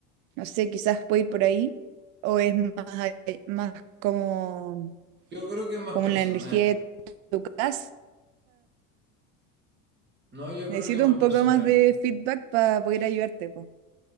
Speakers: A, on the right; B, on the right.
A: No sé, quizás puede ir por ahí. ¿O es más, a- más como,
B: Yo creo que es más
A: como
B: personal.
A: la energía de tu casa?
B: No, yo
A: Necesito
B: creo que es más
A: un poco
B: personal.
A: más de feedback para poder ayudarte, po.